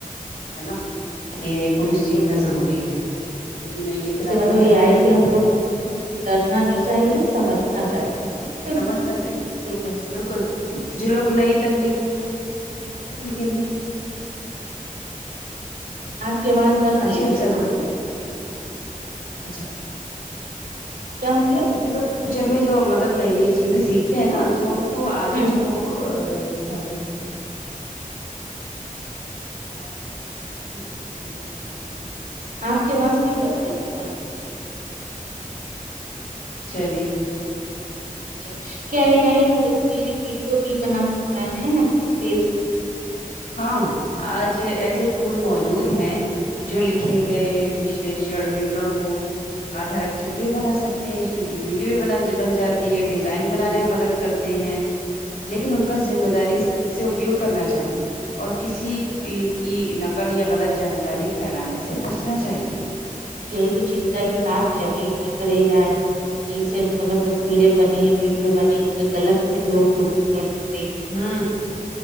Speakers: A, on the left; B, on the right.
A: ہے نا اے آئی کو
B: مضبوط
A: بھی سیکھنا
B: ہے،
A: ضروری ہے کیونکہ نئی نئی
B: اس
A: طرح
B: سے مطلب
A: کی نوکریاں
B: اے آئی
A: نکلیں
B: سے ہم کو ڈرنا نہیں چاہیے سمجھنا چاہیے بس
A: سمجھنا چاہیے
B: سیکھنا چاہیے
A: بالکل جو لوگ نئی تکنیک کو سیکھ رہےتھے انکے لیے
B: آپ کے آواز دب گئی
A: اچھے
B: ہے
A: افسر
B: پھر آپ
A: ملتے ہیں اچھا
B: کیا ہو گیا ہے
A: جو لوگ فیوچر میں جو مطلب نئی نئی چیزیں سیکھتے ہیں نا تو ان کو آگے
B: ہوں
A: جو
B: ہوں
A: ا <unintelligible> ہاں پھر اچھا مل جاتی نوکری
B: آپ کے اواز پھر دب گئی ہیں
A: چلیے
B: اچھا کیا اے آئی تصویریں ویڈیو بھی بنا سکتا ہے افیس
A: ہاں آج ایسے ٹول موجود ہیں جو لکھے گئے وشیشڑ وورن کو آدارت چتر بھی بنا سکتے ہیں اس میں کی ویڈیو بھی بن جی ہے ڈیزائن بنانے میں مدد کرتی تے ہیں لیکن ان کا ذمہ داری سے اپیوگ کرنا چاہیے اور کسی کی نقل یا غلط جانکاری پھیلانے سے بچنا چاہیے
B: یہی تو چنتا کی بات ہے بھائی اگر اے آئی جسے مطلب تصویریں بنے یا ویڈیو بنے اس کا غلط لوگ لوگ یوس رکھتے ہیں
A: ہاں